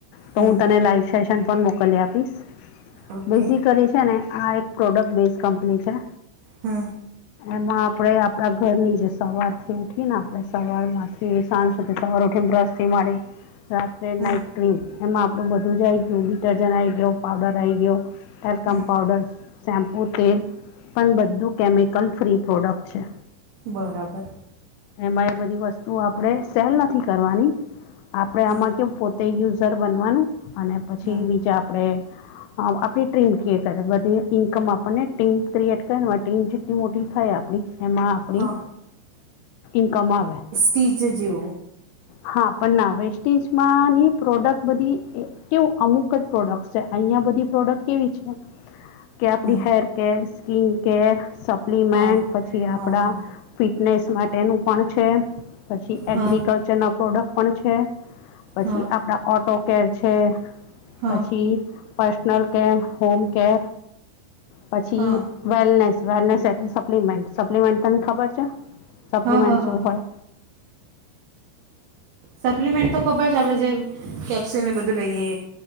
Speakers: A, on the left (about 85°); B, on the right (about 60°).
A: તો
B: હમ
A: હું તને લાઈવ સેશન પણ મોકલી આપીશ.
B: ઓકે
A: બેઝિકલી છે ને આ એક પ્રોડક્ટ બેઝ કંપની છે.
B: હમ.
A: એમાં આપણેે આપડા ઘર ની જે સવાર થી ઉઠી ને આપણે સવાર માં થી સાંજ સુધી સવાર ઉઠી બ્રસ્થી મળી રાત્રે
B: હમ
A: નાઇટ. ક્રીમ એમાં આપડું બધું જ આઈ ગયુ ડિટર્જન્ટ આઈ ગયો પાવડર આ આવી ગયો. એલ્કમ્પાઉડર,
B: હમ
A: શેમ્પુ, તેલ પણ બધું કેમિકલ ફ્રી પ્રોડક્ટ છે.
B: બરાબર.
A: એમાં એ બધી વસ્તુઓ આપણે સેલ નથી કરવાની આપણે
B: હમ
A: આમાં કેવું પોતે યુઝર બનવાનું અને પછી
B: હમ
A: બીજા આપડે હ આપણી ટીમ ક્રિએટ કરે, બધી ઇન્કમ આપણને ટીમ ક્રિએટ કરે આ ટીમ જેટલી મોટી થાય આપ- એમાં આપણી
B: હા
A: ઇન્કમ આવે.
B: તીજ જેવુ
A: હા, પણ ના વેસ્ટેજમાં ની પ્રોડક્ટ બધી એકવ અમુક જ પ્રોડક્ટ- અહિયાં બધી પ્રોડક્ટ કેવી છે- - કે આપડી
B: હમ
A: હેર કેર, સ્કીિન કેર, સપ્લીમેન્ટ
B: હા
A: પછી
B: હા
A: આપડા-
B: હા
A: ફિટનેસ માટેનું પણ છે, પછી એગ્રીકલ્ચરના
B: હા
A: પ્રોડક્ટ પણ છે- -પછી
B: હા
A: આપણા ઓટો કેર છે
B: હા
A: પછી- પર્સનલ કેર, હોમ કેર પછી-
B: હા
A: વેલનેસ એટલે સપ્લિમેન્ટ, તને ખબર છે સપ્લિમેન્ટ
B: હા હા
A: શું
B: હા
A: હોય?
B: સપ્લિમેન્ટ તો ખબર છે, આપડણેે જે કેપ્સ્યુલને બધું લઈએ.